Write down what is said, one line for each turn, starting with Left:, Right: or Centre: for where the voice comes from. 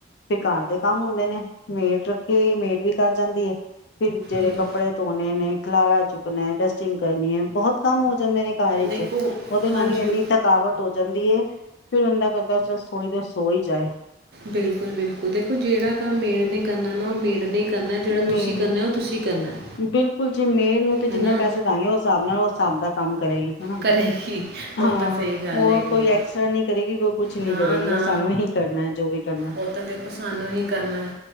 Left: ਫਿਰ ਘਰ ਦੇ ਕੰਮ ਹੁੰਦੇ ਨੇ, ਮੇਡ ਰੱਖੀ ਹੋਈ ਹੈ ਮੇਡ ਵੀ ਕਰ ਜਾਂਦੀ ਐ। ਫਿਰ ਜਿਹੜੇ
Right: ਬਿਲ
Left: ਕਪ ਨੇ ਖਲਾਰਾ ਚੁੱਕਣਾ, ਡਸਟਿੰਗ ਕਰਨੀ ਹੈ ਬਹੁਤ ਕੰਮ ਹੋ ਜਾਂਦੇ ਨੇ ਘਰ
Right: ਦੇਖੋ
Left: ਚ ਉਹਦੇ ਨਾਲ
Right: ਹਾਂਜੀ
Left: ਹੀ ਇੰਨੀ ਥਕਾਵਟ ਹੋ। ਜਾਂਦੀ ਏ, ਫਿਰ ਇੰਦਾ ਕਰਦਾ ਚਲ ਥੋੜ੍ਹੀ ਦੇਰ ਸੋ ਹੀ ਜਾਏ।
Right: ਬਿਲਕੁਲ-ਬਿਲਕੁਲ ਦੇਖੋ ਜਿਹੜਾ ਕੰਮ ਮੇਡ ਨੇ ਕਰਨਾ ਨਾ ਉਹ ਮੇਡ ਨੇ ਹੀ ਕਰਨਾ ਜਿਹੜਾ
Left: ਮੈਂ
Right: ਤੁਸੀਂ ਕਰਨਾ ਉਹ ਤੁਸੀਂ ਕਰਨਾ ਹੈ
Left: ਬਿਲਕੁਲ ਜੀ ਮੇਡ ਨੂੰ ਤੇ ਜਿੰਨੇ
Right: ਹੈ ਨਾ
Left: ਪੈਸੇ ਦਾਂਗੇ ਉਹ ਹਿਸਾਬ ਨਾਲ ਉਹ ਹਿਸਾਬ ਦਾ ਕੰਮ ਕਰੇਗੀ ਹਨਾ
Right: ਕਰੇਗੀ
Left: ਹਾਂ
Right: ਉਹ ਤਾਂ ਸਹੀ ਗੱਲ
Left: ਉਹ
Right: ਹੈਗੀ
Left: ਕੋਈ
Right: ਆ।
Left: ਐਕਸਟਰਾ ਨਹੀਂ ਕਰੇਗੀ ਕੋਈ ਕੁਛ ਨਹੀਂ
Right: ਨਾ-
Left: ਕਰੇਗੀ
Right: ਨਾ
Left: ਉਹ ਸਾਨੂੰ ਹੀ ਕਰਨਾ ਜੋ ਵੀ ਕਰਨਾ
Right: ਉਹ ਤਾਂ ਦੇਖੋ ਸਾਨੂੰ ਹੀ ਕਰਨਾ ਹੈ।